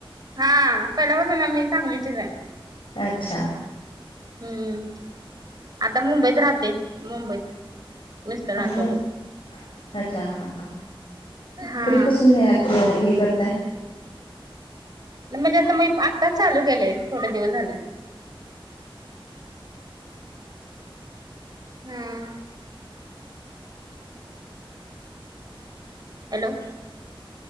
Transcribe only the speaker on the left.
अच्छा
अच्छा मग अच्छा हां हां
कधीपासून हे ॲप हे हे करताय